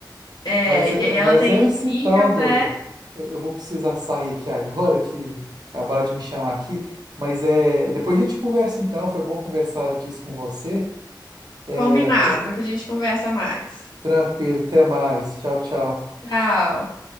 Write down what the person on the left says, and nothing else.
É,
e aí ela
tem
um
filho
até
combinado,
depois a gente conversa mais.
Tchau.